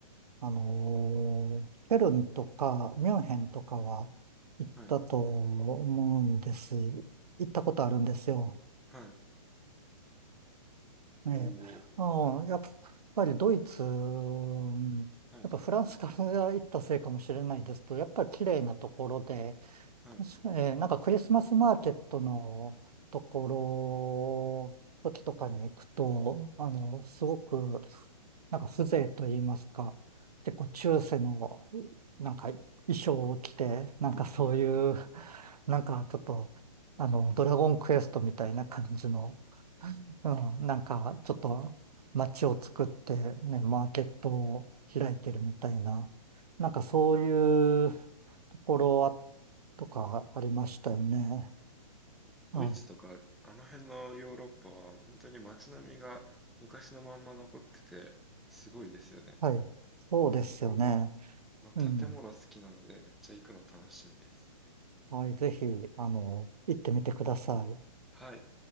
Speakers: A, on the right (about 75°); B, in the centre.
A: あのーケルンとかミュンヘンとかは行ったと思うんです。
B: はい、
A: 行ったことあるんですよ。
B: はい、
A: ええ。
B: おお、
A: うん、やっぱりドイツ、うんやっぱフランスから行ったせいかもしれないですとやっぱり綺麗なところで、
B: はい、はい、
A: 確かに、えーなんかクリスマスマーケットのところ、時とかに行くと、あの、すごく、なんか風情と言いますか、結構中世の、なんか衣装を着て、なんかそういう、
B: はい。
A: なんかちょっと、あの、ドラゴンクエストみたいな感じの、
B: うん
A: うん、なんか、ちょっと街を作ってね、マーケットを開いてるみたいな、なんかそういうところは、とかありましたよね。
B: ドイツとか、
A: うん、
B: あの辺のヨーロッパは、本当に街並みが昔のまんま残ってて、すごいですよね。
A: はい。そうですよね。
B: 僕も、あの、建物好きなので、
A: うん。
B: めっちゃ行くの楽しみです。
A: はい、ぜひ、あの、行ってみてください。
B: はい。